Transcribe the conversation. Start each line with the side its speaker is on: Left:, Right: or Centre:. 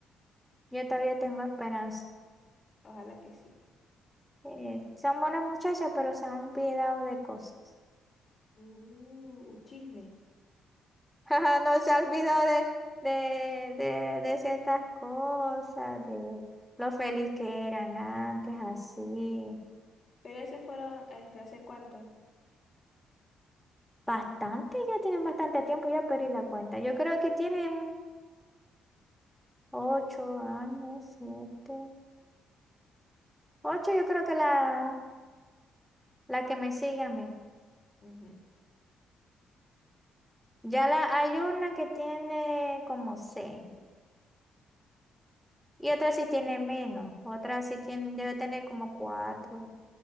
Centre: yo todavía
Left: Sí.
Centre: tengo esperanza.
Left: Ojalá que sí.
Centre: Eh, son buenas muchachas, pero se han olvidado de cosas.
Left: Uh, chisme.
Centre: Ajá, no se ha olvidado
Left: Sí.
Centre: de, de, de, de ciertas cosas, de lo feliz que eran antes, así.
Left: Pero ese fueron, este, ¿hace cuánto?
Centre: Bastante, ya tienen bastante tiempo, ya perdí la cuenta. Yo creo que tienen ocho años, siete. Ocho, yo creo que la, la que me sigue a mí.
Left: Ujú.
Centre: Ya la, hay una que tiene como seis. Y otra sí tiene menos. Otra sí tiene, debe tener como cuatro